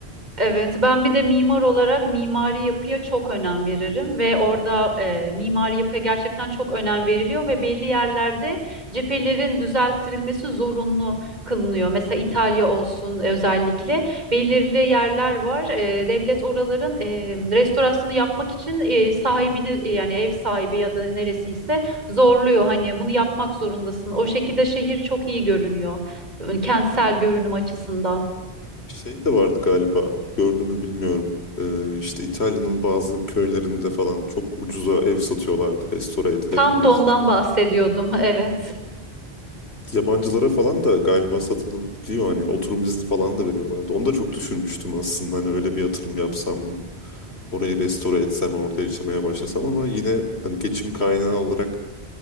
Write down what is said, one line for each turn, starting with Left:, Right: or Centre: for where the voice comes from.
Right: Evet, ben bir de mimar olarak mimari yapıya çok önem veririm ve orada e, mimari yapıya gerçekten çok önem veriliyor ve belli yerlerde cephelerin düzelttirilmesi zorunlu kılınıyor. Mesela İtalya olsun e, özellikle belirli yerler var. E, devlet oraların e, restorasyonu yapmak için e, sahibini e, yani ev sahibi ya da neresiyse zorluyor. Hani bunu yapmak zorundasın. O şekilde şehir çok iyi görünüyor, e, kentsel görünüm açısından.
Left: Şey de vardı galiba. Gördün mü bilmiyorum. E, işte İtalya'nın bazı köylerinde falan çok ucuza ev satıyorlardı restore edilebilmesi
Right: Tam da ondan
Left: için.
Right: bahsediyordum, evet.
Left: Yabancılara falan da galiba satılabiliyor hani oturum izni falan da veriyorlardı. Onu da çok düşünmüştüm aslında hani öyle bir yatırım yapsam orayı restore etsem orada yaşamaya başlasam ama yine hani geçim kaynağı olarak